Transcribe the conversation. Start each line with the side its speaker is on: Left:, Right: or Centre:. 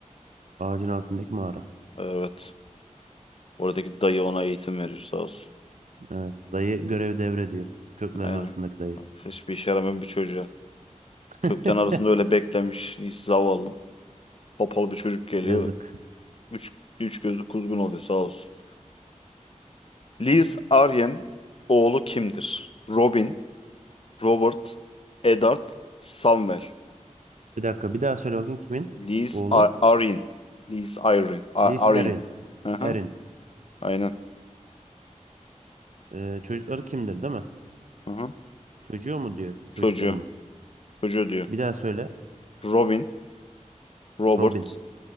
Right: Ağacın altındaki mağara.
Left: Evet. Oradaki dayı ona eğitim veriyor sağ olsun.
Right: Evet. Dayı görev devrediyor. Köklerin
Left: Aynen.
Right: arasındaki dayı.
Left: Hiçbir işe yaramayan bir çocuğa.
Right: <laughs>
Left: Kökten arasında öyle beklemiş. Hiç zavallı. Topal bir çocuk geliyor.
Right: Yazık.
Left: Üç, üç gözlü kuzgun oluyor sağ olsun. Liz Aryen oğlu kimdir? Robin, Robert, Eddard, Samwell.
Right: Bir dakika bir daha söyle bakayım kimin
Left: Liz
Right: oğlu?
Left: Ar Arryn. Liz Arryn. Ar
Right: Lys
Left: Arryn.
Right: Erin.
Left: Hı hı,
Right: Erin.
Left: Aynen.
Right: Ee, çocukları kimdir değil mi?
Left: Hı hı.
Right: Çocuğu mu diyor çocukları
Left: Çocuğu.
Right: mı?
Left: Çocuğu diyor.
Right: Bir daha söyle.
Left: Robin, Robert,
Right: Robin.